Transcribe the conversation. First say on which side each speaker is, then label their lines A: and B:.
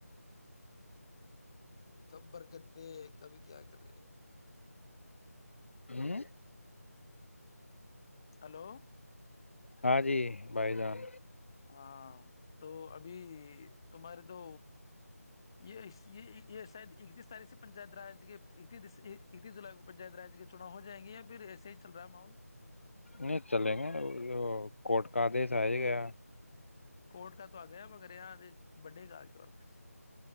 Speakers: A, on the left (about 15°); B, on the left (about 50°).
A: سب برکتے دے کبھی کیا کر رہے ہیں
B: ہوں
A: ہلو
B: ہاں جی بھائی جان
A: ہاں تو ابھی تمہارے تو یہ یہ یہ شاید اکتیس تاریخ سے پنچایت رج کے اکتیس اکتیس جولائی کو پنچایت رج کے چناؤ ہو جائیں گے یا پھر ایسے ہی چل رہا ہے محول
B: نہیں چلیں گے کوٹ کا آدش آ ہی گیا
A: کوٹ کا تو آ گیا مگر یہاں بڈے کا آ کے واپس